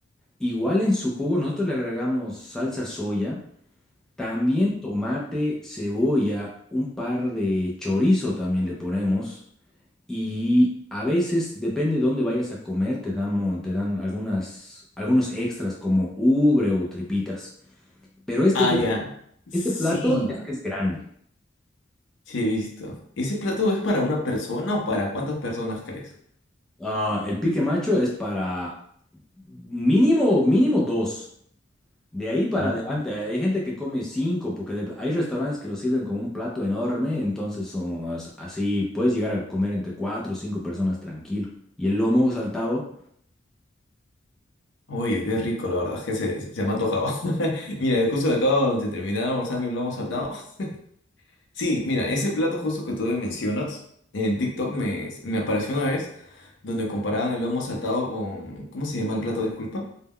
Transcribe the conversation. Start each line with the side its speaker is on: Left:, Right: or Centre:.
Centre: igual en su jugo nosotros le agregamos salsa soya, también tomate, cebolla, un par de chorizo también le ponemos. Y a veces, depende de dónde vayas a comer, te damos, te dan algunas, algunos extras como ubre o tripitas. Pero este,
Left: Ah,
Centre: pl-
Left: ya. Sí,
Centre: este plato es que es grande.
Left: sí he visto. ¿Ese plato es para una persona o para cuántas personas crees?
Centre: Ah, el pique macho es para mínimo, mínimo dos. De ahí para
Left: Mm.
Centre: adelante, hay gente que come cinco, porque de- hay restaurantes que lo sirven como un plato enorme, entonces son as- así, puedes llegar a comer entre cuatro o cinco personas tranquilo. Y el lomo saltado,
Left: Oye, qué rico, la verdad, que se, se- me ha antojado. <laughs> Mira, justo de acá de terminar de almorzar mi lomo saltado. <laughs> Sí, mira, ese plato justo que tú me mencionas, en TikTok me, me apareció una vez donde comparaban el lomo saltado con... ¿Cómo se llama el plato? Disculpa.